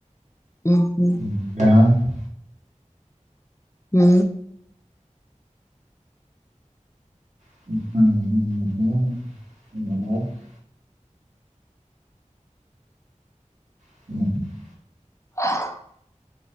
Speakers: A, on the left; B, on the right.
A: ହୁଁ ହୁଁ।
B: <unintelligible>
A: ହୁଁ।
B: <unintelligible> <unintelligible>
A: <inaudible>